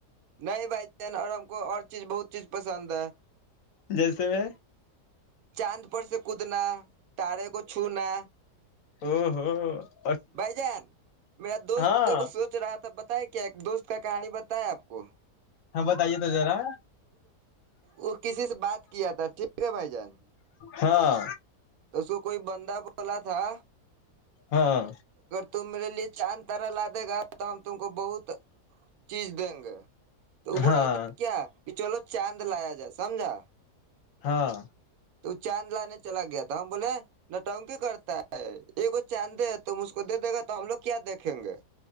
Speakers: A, on the right; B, on the left.
A: نہیں بھائی چین اور ہم کو اور چیز بہت چیز پسند ہے
B: جیسے میں
A: چاند پر سے کودنا تارے کو چو نہ
B: ہ ہوں
A: بھائی جان میرا دوستوں
B: ہاں
A: کو سوچ رہا تھا بتائے کیا دوست کا کہانی بتا پت ہے آپ کو
B: ہاں بت آ تو جارا
A: وہ کسی سے بات کیا تھا ٹھیک ہے بھائی جان
B: ہاں
A: توسو کوئی بند بولا تھا
B: ہاں
A: ت میرے لیے چاند طرح لا دے گا تو ہم کو بہت چیز دیں گے تو بول
B: ہاں
A: رہتا کیا کہ چلو چاند لایا جائے سمجھا
B: ہاں
A: تو چاند لانے چلا گیا تھا ہم بولے ن ٹا ہ کی کرتا ہے یہ کو چینے ہے تو م کو کو دے دے گا تو ہم لوگ کیا دیکھیں گے